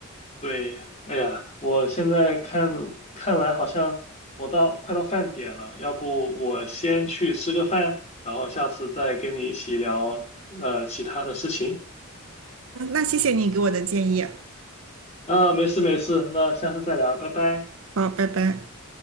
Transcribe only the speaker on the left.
对，哎呀，我现在看看来好像我到快到饭点了，要不我先去吃个饭，然后下次再跟你一起聊呃其他的事情。
啊，没事没事，那下次再聊，拜拜。